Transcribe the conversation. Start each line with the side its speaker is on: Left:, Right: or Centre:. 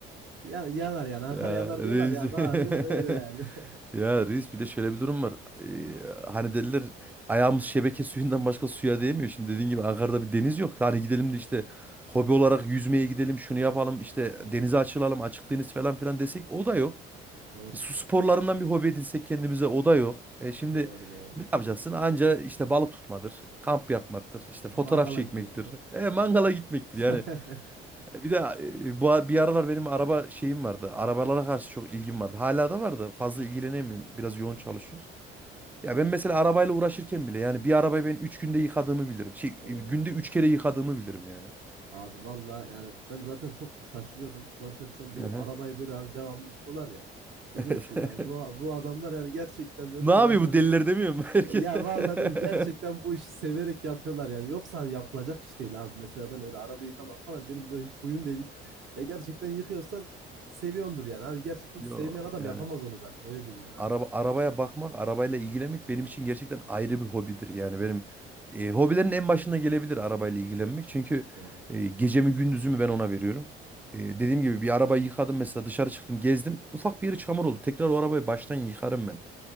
Right: Ya, yanar yani Ankara
Centre: Ya
Right: yanar
Centre: reis.
Right: diyorlar ya abi, abi öyle yani.
Centre: <laughs>
Right: <laughs>
Centre: Ya reis bir de şöyle bir durum var. Ee, hani dediler ayağımız şebeke suyundan başka suya değmiyor. Şimdi dediğin gibi Ankara'da bir deniz yok. Hani gidelim de işte hobi olarak yüzmeye gidelim şunu yapalım işte
Right: Ee,
Centre: denize açılalım açık deniz falan filan desek o da yok.
Right: Doğru
Centre: E, Su sporlarından bir hobi edinsek kendimize o da yok. E şimdi
Right: doğru doğru.
Centre: ne yapacaksın? Anca işte balık tutmadır, kamp yapmaktır, işte fotoğraf
Right: Mangala
Centre: çekmektir,
Right: gitmektir.
Centre: e, mangala gitmektir.
Right: <laughs>
Centre: Yani e, Bir de e, bu a- bir aralar benim araba şeyim vardı. Arabalara karşı çok ilgim vardı. Hala da vardı. Fazla ilgilenemiyorum. Biraz yoğun
Right: Ha,
Centre: çalışıyoruz. Ya
Right: Aynen.
Centre: ben mesela arabayla uğraşırken bile yani bir arabayı ben üç günde yıkadığımı bilirim. Şey
Right: Oo.
Centre: e, günde 3 kere yıkadığımı bilirim yani.
Right: Abi valla yani ben zaten çok şaşırıyordum. Nasıl şaşırıyorum? Bu
Centre: Aha,
Right: arabayı böyle hani devamlı yıkıyorlar ya. Diyordum
Centre: evet.
Right: ki yani
Centre: <laughs>
Right: bu, bu adamlar yani gerçekten diyordum
Centre: Ne yapıyor
Right: yani hani
Centre: bu deliler demiyor mu
Right: e,
Centre: herkes?
Right: ya
Centre: <laughs>
Right: valla diyorum gerçekten bu işi severek yapıyorlar yani. Yoksa hani yapılacak iş değil abi. Mesela ben öyle araba yıkamak falan benim böyle hiç huyum değildir. Ya gerçekten yıkıyorsan seviyordur yani abi. Gerçekten
Centre: Yo
Right: sevmeyen adam
Centre: yani.
Right: yapamaz onu zaten öyle diyeyim yani abi
Centre: araba
Right: sana.
Centre: arabaya bakmak, arabayla ilgilenmek benim için gerçekten ayrı bir hobidir. Yani benim e, hobilerin en başına gelebilir arabayla ilgilenmek. Çünkü
Right: Doğru.
Centre: e, gecemi gündüzümü ben ona veriyorum. E, dediğim
Right: Hı hı.
Centre: gibi bir arabayı yıkadım mesela dışarı çıktım gezdim. Ufak bir yeri çamur oldu. Tekrar o arabayı baştan yıkarım ben.